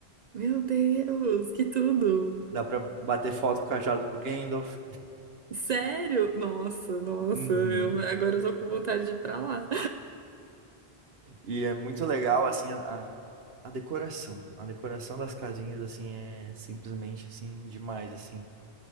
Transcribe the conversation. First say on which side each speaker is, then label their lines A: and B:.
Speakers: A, on the right; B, on the right.
A: Meu Deus, que tudo!
B: dá pra bater foto com o cajado do Gandalf.
A: Sério? Nossa, nossa,
B: Uhum.
A: eu, agora eu tô com vontade de ir pra lá.
B: E é muito legal, assim, a, a, a decoração. A decoração das casinhas, assim, é simplesmente, assim, demais, assim.